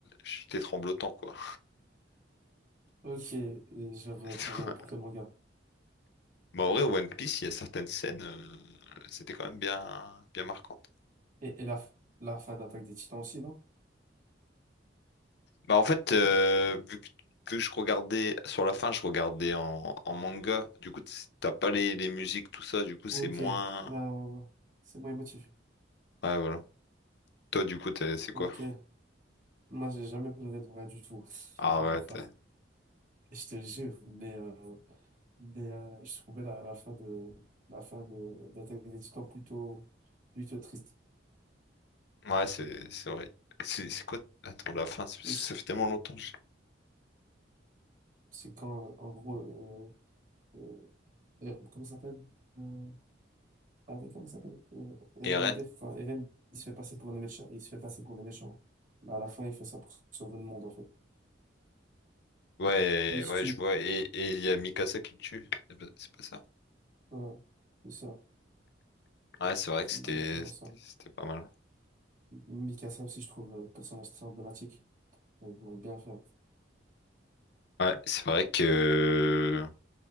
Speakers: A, on the left; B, on the right.
A: j'étais tremblotant quoi.
B: Ok, et genre,
A: <laughs>
B: euh, pour, euh, pour quel manga?
A: Bah en vrai One Piece, il y a certaines scènes, euh, c'était quand même bien bien marquant.
B: Et, et la, f- la fin d'Attaque des Titans aussi, non?
A: Bah en fait, euh, vu que, que je regardais sur la fin, je regardais en, en manga. Du coup, t- t'as pas les, les musiques, tout ça. Du coup, c'est
B: Ok,
A: moins.
B: ouais, ouais, ouais. C'est moins émotif.
A: Ouais, voilà. Toi, du coup, t'es- c'est quoi?
B: Ok. Moi, j'ai jamais pleuré de vrai du tout. <laughs>
A: Arrête.
B: Bon, bah, enfin, je te jure, mais, euh, mais euh, je trouvais la, la fin de la fin de d'Attaque des Titans plutôt plutôt triste.
A: Ouais, c'est c'est vrai. C'est c'est quoi? Attends, la fin, c'est- ça
B: Et c-
A: fait tellement longtemps. Je...
B: c'est quand, euh, en gros, euh, euh, euh, comment ça s'appelle? Euh, ah oui, comment ça s'appelle? Euh, Eren
A: Eren?
B: Yeager, enfin, Eren, il se fait passer pour le méchant. Il se fait passer pour le méchant. Mais à la fin, il fait ça pour sauver le monde, en fait.
A: Ouais,
B: Il se
A: ouais,
B: tue.
A: je vois. Et et il y a Mikasa qui le tue. C'est pas, c'est pas ça.
B: Voilà. C'est ça.
A: Ouais, c'est vrai
B: C'est
A: que c'était
B: exactement
A: c'était
B: ça.
A: c'était pas mal.
B: Mikasa aussi, je trouve, euh, personnage très emblématique. Ils vont bien fait,
A: Ouais, c'est vrai que